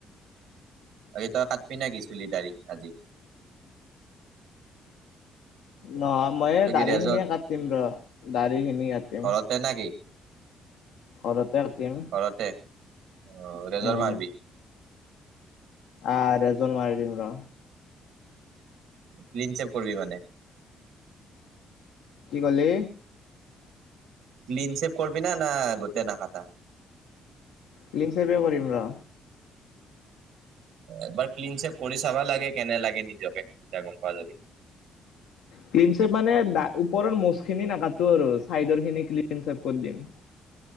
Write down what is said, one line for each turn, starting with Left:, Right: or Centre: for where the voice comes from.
Right: অ তই কাটবি না কি চুলি দাড়ি আজি।
Left: নহ মই
Right: তই
Left: দাড়ি
Right: কি ৰেজত
Left: খিনিয়ে কাটিম ৰ দাড়ি খিনি কাটিম।
Right: ঘৰতে না কি
Left: ঘৰতে কাটিম।
Right: ঘৰতে অ ৰেজাৰ
Left: উম।
Right: মাৰবি
Left: আহ ৰেজৰ মাৰি দিম ৰ।
Right: ক্লিন চপ কৰিবি মানে।
Left: কি কলি
Right: ক্লিন চেপ কৰিবি না, না গোতেই না কাতা
Left: ক্লিম চেপে কৰিম ৰ।
Right: এবাৰ ক্লিন চেপ কৰি চাবা লাগে কেনে লাগে নিজকে তেতিয়া গম পোৱা যাবি।
Left: ক্লিন চেপ মানে ওপৰৰ মোচখিনি নাকাটো আৰু চাইডৰ খিনি ক্লিন চেপ কৰি দিম।